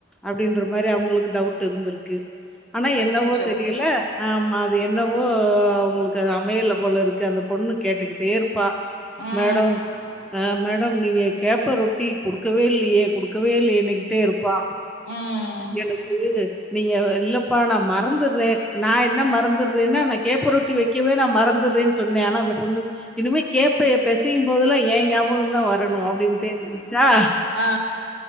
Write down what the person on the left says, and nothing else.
அச்சச்சோ
ம்
ம்
ஆ